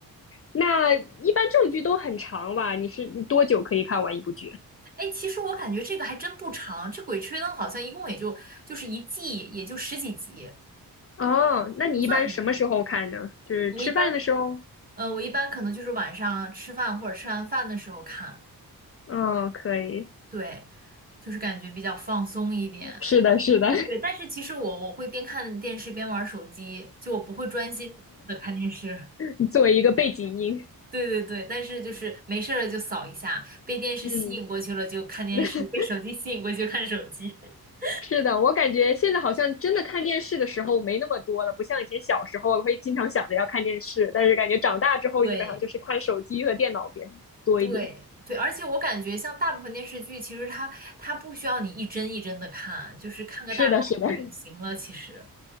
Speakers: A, on the left; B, on the right.
A: 那一般这种剧都很长吧？你是你多久可以看完一部剧？
B: <laughs> 哎，其实我感觉这个还真不长，这《鬼吹灯》好像一共也就就是一季也就十几集，
A: 哦，那你一般什么时候看呢？
B: 不算很长。
A: 就是吃饭的时候？
B: 我一般呃，我一般可能就是晚上吃饭或者吃完饭的时候看，
A: 嗯，可以。
B: 对，就是感觉比较放松一点。
A: 是的，是的，
B: 对，但是其实我我会边看电视边玩手机，就我不会专心的看电视。
A: <laughs> 作为一个背景音。
B: 对对对，但是就是没事儿了就扫一下，被电视吸引过去了就看电视，
A: 嗯，<laughs>
B: 被手机吸引过去就看手机。<laughs>
A: 是的，我感觉现在好像真的看电视的时候没那么多了，不像以前小时候会经常想着要看电视，但是感觉长大之后基本上就是看手机和电脑边多一点。
B: 对对对，而且我感觉像大部分电视剧，其实它它不需要你一帧一帧的看，就是看个大概就行了，
A: 是的，是的，<laughs>
B: 其实。